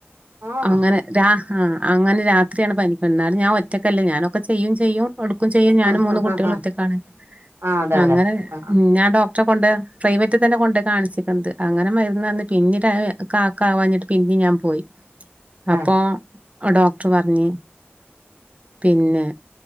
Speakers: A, on the right; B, on the right.
A: ആ ആ
B: അങ്ങനെ രാ ആ അങ്ങനെ രാത്രിയാണ് പനിക്ക എന്നാലും ഞാൻ ഒറ്റക്കല്ലേ ഞാനൊക്കെ ചെയ്യും ചെയ്യും. ഒടുക്കും ചെയ്യും ഞാനും
A: ആ
B: മൂന്ന്
A: ആ
B: കുട്ടികളും
A: ആ
B: ഒറ്റക്കാണ്.
A: ആ അതെ
B: അങ്ങന
A: അതെ ആ ആ
B: ഞാൻ ഡോക് ട്ര കൊണ്ട് പ്രൈവറ്റ് തന്നെ കൊണ്ട കാണിച്ചിക്കുന്നത്. അങ്ങനെ മരുന്ന് തന്ന് പിന്നീട് കാക്ക ആവാഞ്ഞിട്ട് പിന്നെ ഞാൻ പോയി.
A: ആ
B: അപ്പോ ആ ഡോക്ടർ പറഞ്ഞ് പിന്നെ